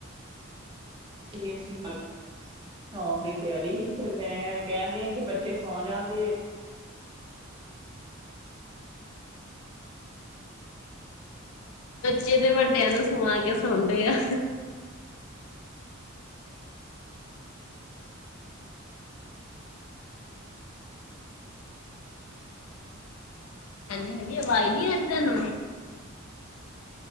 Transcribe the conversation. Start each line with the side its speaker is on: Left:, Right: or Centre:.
Right: ਜੀ ਅਸੀ ਖਾਲੀਆ ਸੌਉਣ ਦੀ ਤਿਆਰੀ ਸੀ ਤੇ ਮੈਂ ਕਹਿਣਦੀ ਹਾਂ ਕਿ ਬੱਚੇ ਸੌ ਜਾਣ ਤੇ
Left: ਬੱਚੇ ਤੇ ਵੱਡਿਆਂ ਨੂੰ ਸੁਵਾ ਕੇ ਸਾਉਦੇ ਆ ਹਾਂਜੀ ਹਾਂਜੀ ਆਵਾਜ਼ ਨੀ ਆ ਰਈ ਤੁਹਾਨੂੰ?